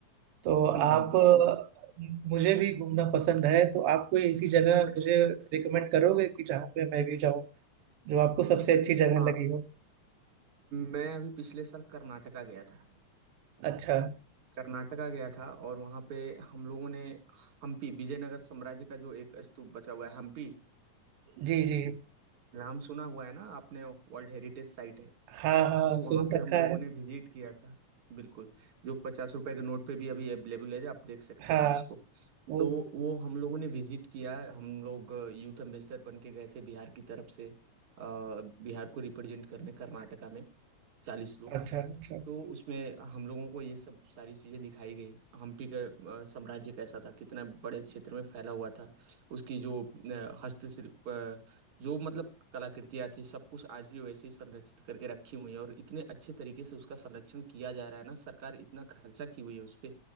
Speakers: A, on the right; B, on the right.
A: तो आप
B: हम्म हम्म बिल्कुल
A: अ, मुझे भी घूमना पसंद है तो आप कोई ऐसी जगह
B: अच्छा
A: मुझे रिकमेंड करोगे कि जहाँ पे मैं भी जाऊँ जो आपको सबसे अच्छी जगह
B: हाँ
A: लगी हो
B: मैं अभी पिछले साल कर्नाटका गया था
A: अच्छा
B: कर्नाटका गया था और वहाँ पे हम लोगों ने हम्पी विजयनगर साम्राज्य का जो एक स्तूप बचा हुआ है हम्पी
A: जी जी
B: नाम सुना हुआ है ना आपने वर्ल्ड हेरिटेज साइट है
A: हाँ हाँ
B: तो वहाँ
A: सुन
B: पे
A: रखा
B: हम लोगों
A: है
B: ने विजिट किया था बिल्कुल जो पचास रुपए के नोट पे भी अभी अवेलेबल है आप देख सकते
A: हाँ
B: हैं उसको
A: वो
B: तो वो हम लोगों ने विजिट किया हम लोग यूथ एम्बेसडर बन के गए थे बिहार की तरफ से अ, बिहार को रिप्रेजेंट करने कर्नाटका में चालीस लोग
A: अच्छा अच्छा
B: तो उसमें हम लोगों को ये सब सारी चीजें दिखाई गई हम्पी का अ, साम्राज्य कैसा था कितना बड़े क्षेत्र में फैला हुआ था उसकी जो अ, हस्तशिल्प अ, जो मतलब कलाकृतियां थी सब कुछ आज भी वैसे ही संरक्षित करके रखी हुई है और इतने अच्छे तरीके से उसका संरक्षण किया जा रहा है ना सरकार इतना खर्चा की हुई है उस पे